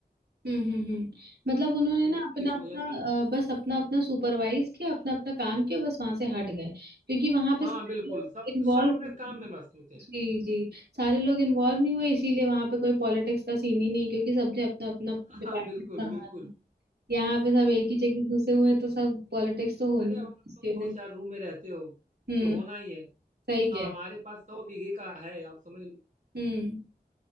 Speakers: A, on the right; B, on the right.
A: हम्म हम्म हम्म। मतलब उन्होंने
B: तो
A: ना अपना
B: इस
A: अपना
B: वजह से
A: अ, बस अपना अपना सुपरवाइज किया अपना अपना काम किया बस वहां से हट गए क्योंकि वहां पे
B: हाँ
A: सारे
B: बिल्कुल
A: लोग
B: सब
A: इन्वॉल्व
B: सब अपने
A: <laughs>
B: काम में मस्त होते हैं
A: जी जी सारे लोग इन्वॉल्व नहीं हुए इसीलिए वहां पे कोई पॉलिटिक्स का सीन ही नहीं क्योंकि सबने अपना अपना
B: <laughs>
A: डिपार्टमेंट
B: हाँ बिल्कुल
A: संभाला
B: बिल्कुल
A: यहाँ पे सब एक ही जगह घुसे हुए हैं तो सब पॉलिटिक्स तो होनी
B: अरे अब
A: है
B: आप
A: उसके
B: लोग दो
A: लिए
B: चार रूम में रहते हो
A: हम्म
B: तो होना ही है
A: सही क्या
B: अब
A: है
B: हमारे पास सौ बीघे का है आप समझ लो
A: हम्म